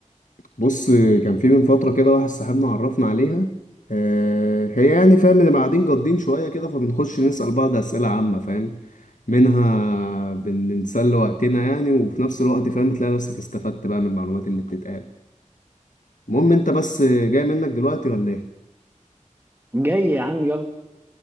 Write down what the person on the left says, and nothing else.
بص آه، كان في من فترة كده واحد صاحبنا عرفنا عليها آه، هي يعني فاهم اللي قاعدين جادين شوية كده فبنخش نسأل بعض أسئلة عامة فاهم منها بن- بنسلي وقتنا يعني وفي نفس الوقت فاهم تلاقي نفسك استفدت بقى من المعلومات اللي بتتقال المهم انت بس آه، جاي منك دلوقتي ولا ايه